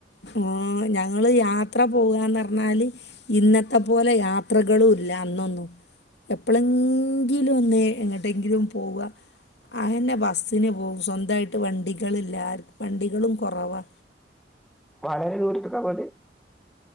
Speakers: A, on the left; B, in the centre.
A: ഹ ഞ ങ്ങൾ യാത്ര പോകാന്ന് പറഞ്ഞാല് ഇന്നത്തെപോലെ യാത്രകളും ഇല്ല അന്നൊന്നും. എപ്പോഴെങ്കിലും ഒന്നേ എങ്ങട്ടെങ്കിലും പോവുക അങ്ങനെ ബസ്സിന് പോവും സ്വന്തായിട്ട് വണ്ടികളില്ല വണ്ടികളും കുറവാ
B: വളരെ ദൂരത്തൊക്കാ പോവല്